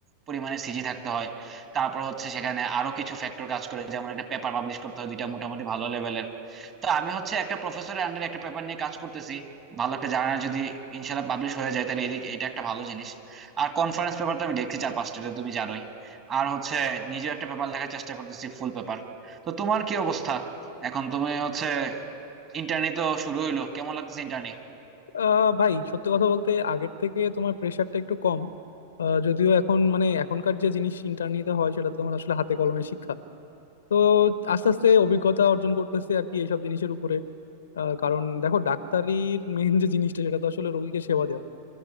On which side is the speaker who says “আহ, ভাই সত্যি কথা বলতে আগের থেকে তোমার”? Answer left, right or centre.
Left